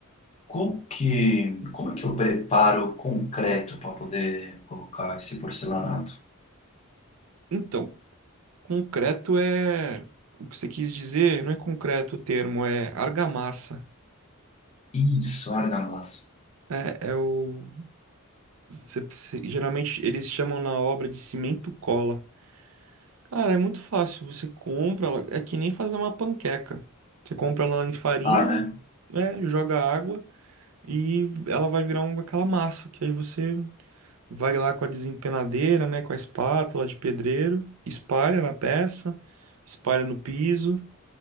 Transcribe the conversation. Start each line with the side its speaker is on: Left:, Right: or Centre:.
Left: Como que, como é que eu preparo concreto para poder colocar esse porcelanato?
Right: Então, Concreto é. O que você quis dizer não é concreto o termo, é argamassa.
Left: Isso, argamassa.
Right: É, é o. você- você- geralmente eles chamam na obra de cimento cola. Cara, é muito fácil. Você compra ela. É que nem fazer uma panqueca. Você compra ela em farinha,
Left: Ah, né?
Right: né? Joga água e ela vai virar uma, aquela massa. Que aí você vai lá com a desempenadeira, né? Com a espátula de pedreiro, espalha na peça, espalha no piso.